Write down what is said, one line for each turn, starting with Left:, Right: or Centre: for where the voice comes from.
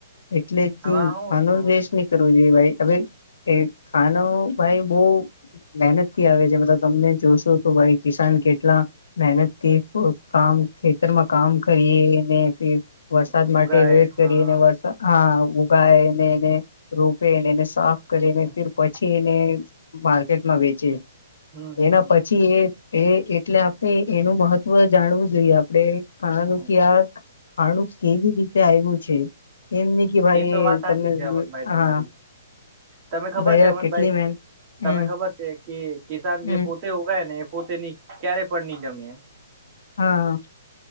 Left: એટલે તી
Right: આમાં શું
Left: પાનું
Right: હતું
Left: વેસ્ટ ની કરવો જોઈએ વાઈ અવે. એ ખાનો ભાઈ બો મહેનત થી આવે છે મતલબ તમને જોશો તો વાઈ કિસાન કેટલા મહેનતથી કામ ખેતરમાં કામ કરીએ ઇને. વરસાદ
Right: કે
Left: માટે
Right: ઉગાય
Left: વેટ કરીયેને
Right: હા
Left: વરસાદ હા, ઉગાયને એને રોપે એને સાફ કરીને
Right: હા
Left: ફિર પછી એને માર્કેટમાં વેચે
Right: હમ હમ
Left: એના પછી, એ એ એટલે આપણે એનું મહત્વ જાણવું જોઈએ, આપડે ખાણાનું
Right: હમ
Left: ક્યાર ખાણું કેવી રીતે આયવું છે, એમ ની કે ભાઈ
Right: તો વાત
Left: એ
Right: સાચી
Left: તમને
Right: છે અમનભાઈ તમારી
Left: હા
Right: તમે ખબર
Left: ભાઈ
Right: છે
Left: આ
Right: અમનભાઈ
Left: કેટલી મેન
Right: તમે
Left: હમ
Right: ખબર છે, કે કિસાન
Left: હમ
Right: જે પોતે તે ઉગાય ને પોતેની ક્યારે પણ નહી જમે
Left: હા,